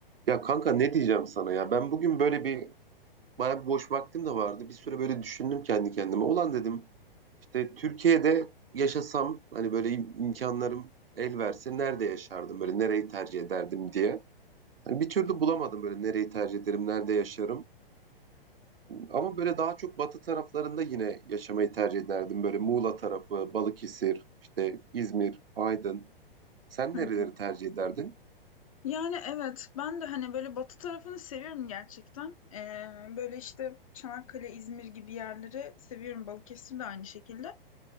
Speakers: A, on the right; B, on the left.
A: Ya kanka ne diyeceğim sana ya? Ben bugün böyle bir bayağı bir boş vaktim de vardı. Bir süre böyle düşündüm kendi kendime. Ulan dedim işte Türkiye'de yaşasam hani böyle im- imkanlarım el verse nerede yaşardım böyle nereyi tercih ederdim diye. Hani bir türlü bulamadım böyle nereyi tercih ederim, nerede yaşarım. Ama böyle daha çok batı taraflarında yine yaşamayı tercih ederdim. Böyle Muğla tarafı, Balıkesir, işte İzmir, Aydın. Sen
B: Hı.
A: nereleri tercih ederdin?
B: Yani evet ben de hani böyle batı tarafını seviyorum gerçekten. Ee, böyle işte Çanakkale, İzmir gibi yerleri seviyorum. Balıkesir de aynı şekilde.